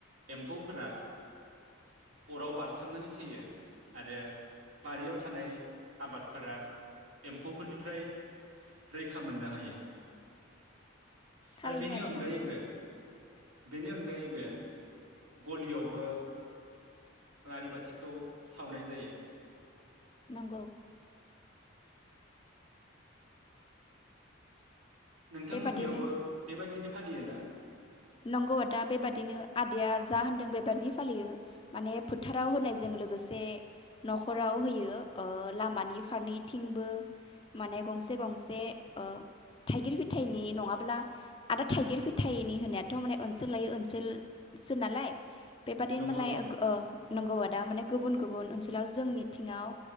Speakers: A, on the right; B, on the left.
A: एम्फौफोरा अराव बार <unintelligible> थैयो आरो बारियाव थानाय आबादफोरा एम्फौफोरनिफ्राय रैखा मोननो हायो
B: थारैनो
A: आरो बेनि
B: आदा
A: अनगायैबो
B: नंगौ
A: बेनि अनगायैबो गलियावबो आलारि बाथिखौ सावनाय जायो।
B: नंगौ
A: <inaudible> नोंथांमोननियावबो
B: बेबादिनो
A: बेबायदिनो फालियोना?
B: नंगौ आदा बेबादिनो आदाया जा होनदों बेबादिनो फालियो। माने फोथाराव होनायजों लोगोसे न'खराव होयो ओ लामानि फारनैथिंबो माने गंसे गंसे ओ थाइगिर फिथाइनि नङाब्ला आदा थाइगिर फिथाइनि होनाय थ' माने ओनसोल लायो ओनसोलसो नालाय। बेबादिनो
A: नंगौ
B: मालाय
A: नोंथां
B: ओ नंगौआ दा माने गुबुन गुबुन ओनसोलाव जोंनिथिङाव